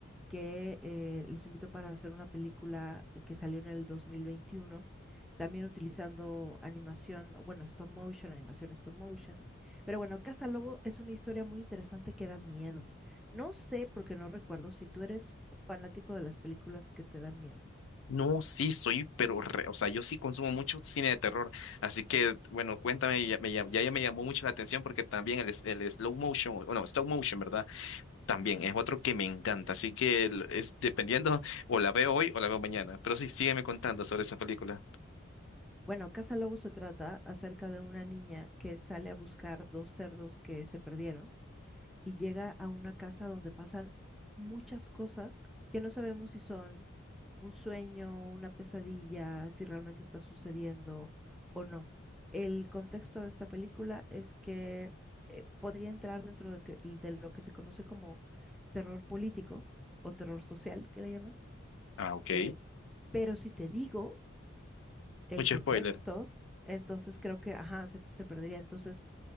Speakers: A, in the centre; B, on the left.
A: que eh, los invitó para hacer una película que salió en el 2021, también utilizando animación, o bueno, stop motion, animación stop motion. Pero bueno, Casa Lobo es una historia muy interesante que da miedo. No sé, porque no recuerdo si tú eres fanático de las películas que te dan miedo.
B: No, sí, soy, pero, re- o sea, yo sí consumo mucho cine de terror, así que, bueno, cuéntame, ya me, llam- ya, ya me llamó mucho la atención porque también el, es- el slow motion, o no, stop motion, ¿verdad? También
A: Ujú.
B: es otro que me encanta, así que el- es dependiendo, <laughs> o la veo hoy o la veo mañana, pero sí, sígueme contando sobre esa película.
A: Bueno, Casa Lobo se trata acerca de una niña que sale a buscar dos cerdos que se perdieron. y llega a una casa donde pasan muchas cosas que no sabemos si son un sueño, una pesadilla, si realmente está sucediendo o no. El contexto de esta película es que eh, podría entrar dentro de, que- de lo que se conoce como terror político o terror social, que le llaman.
B: Ah, ok.
A: Eh, pero si te digo el
B: Mucho
A: contexto,
B: spoiler.
A: entonces creo que, ajá, se, se perdería. Entonces,